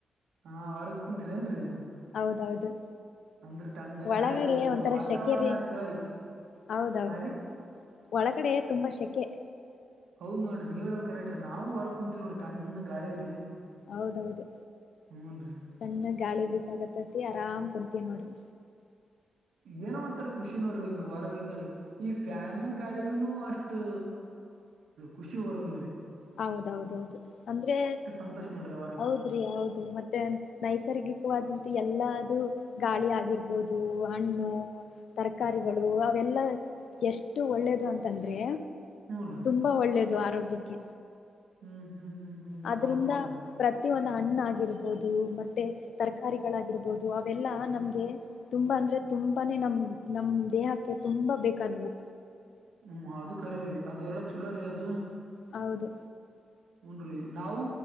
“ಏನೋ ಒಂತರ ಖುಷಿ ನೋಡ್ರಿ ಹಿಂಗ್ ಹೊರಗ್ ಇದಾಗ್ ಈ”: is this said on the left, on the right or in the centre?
Right